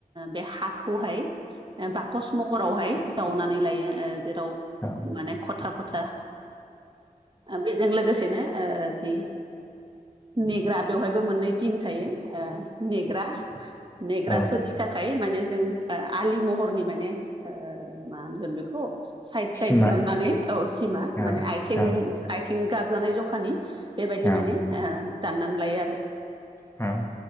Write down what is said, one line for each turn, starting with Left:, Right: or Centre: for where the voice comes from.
Right: बे हाखौहाय बाकस हरावहाय जावनानै लायो ओ जेराव
Left: औ
Right: माने खथा खथा बेजों लोगोसेनो ओ जि नेग्रा बेवहायबो मोननै टिम थायो ओ नेग्रा नेग्राफोरनि
Left: औ
Right: थाखाय माने जों आलि महरनि माने ओ ओ मा होनगोन बेखौ साइद साइद
Left: सिमा
Right: दाननानै औ सिमा
Left: औ
Right: माने आयथिं
Left: औ
Right: आयथिं गाजानाय जखानि बेबायदि
Left: औ
Right: माने ओ दाननानै लायो आरो।
Left: औ।